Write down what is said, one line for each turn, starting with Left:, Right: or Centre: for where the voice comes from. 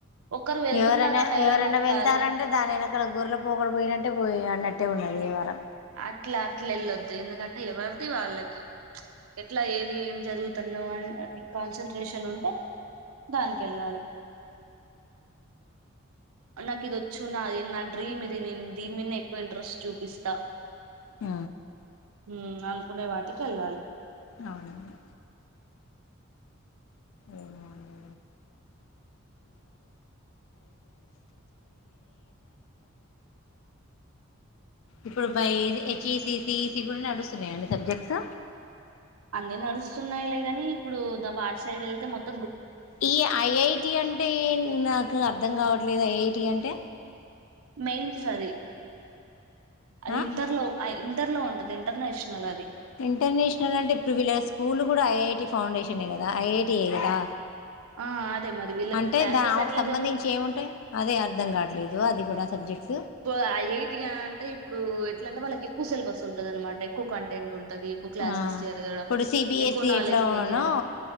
Right: ఒకరు వెళ్తున్నారని
Left: ఎవరన్న
Right: వెళ్ళడం
Left: ఎవరన్న వెళ్తారా
Right: కాదుగా
Left: అంటే, దాని ఎనకాల గొర్ల పోకడ పోయినట్టే పోతరిగ అన్నట్టు. ట్టే ఉన్నది యవ్వరం
Right: అట్లా అట్లా వెళ్ళొద్దు ఎందుకంటే ఎవరిది వాళ్ళకి ప్చ్ ఎట్లా ఏది ఏం జదువుతన్నావ్ అని అది కాన్సన్ ట్రేషన్ ఉంటే దానికి వెళ్ళాలి. నాకి ఇదొచ్చు నాది నా డ్రీమ్ ఇది నేను దీని మీన్నే ఎక్కువ ఇంట్రెస్ట్ చూపిస్తా
Left: ఆ
Right: మ్మ్ అనుకునే వాటికెళ్ళాలి
Left: అవునండి. ఏమో అండి. ఇప్పుడు బ A H E C, C E C కూడ నడుస్తున్నాయ అండి సబ్జెక్ట్స్?
Right: అన్నీ నడుస్తున్నాయిలే కనీ, ఇప్పుడు దా వాటి సైడ్ వెళ్తే మొత్
Left: ఈ ఐఐటి అంటే ఏన్, నాకు అర్ద్ అర్థం కావట్లేద ఐ ఐ టి అంటే?
Right: మెయిన్స్ అది. అది
Left: ఆ
Right: ఇంటర్లో. అ ఇంటర్ లో ఉంటది, ఇంటర్నేషనల్ అది.
Left: ఇంటర్నేషనల్ అంటే ఇప్పుడు వీళ్ళ స్కూల్ కూడ డ ఐ ఐ టి ఫౌన్ ఫౌండేషనే కదా, ఐ ఐ టీ ఏ కదా?
Right: ఆ అదే మరి వీళ్ళకు
Left: ఆ అంటే
Right: క్లాసెస్
Left: దా ఆమెకు
Right: ఎట్లా
Left: సంబంధించి
Right: జరుగుతు
Left: ఏముంటయ్, అదే అర్ధం కాట్లేదు? అది కూడా సబ్జెక్ట్
Right: ఇప్పుడు ఐ ఐ టి అంటే, ఇప్పుడు ఎట్లాంటే వాళ్ళకి చెప్ క్కువ సిలబస్ ఉంటదన్నమాట, ఎక్కువ కంటెంటుమ్ టది ఎక్కువ క్లాసెస్
Left: ఆ
Right: జరగడం,
Left: ఇప్పుడు సిబిఎస్ఈ
Right: ఎక్కువ నాలెడ్జ్
Left: ఎట్లానో
Right: గెన్ చేయడం.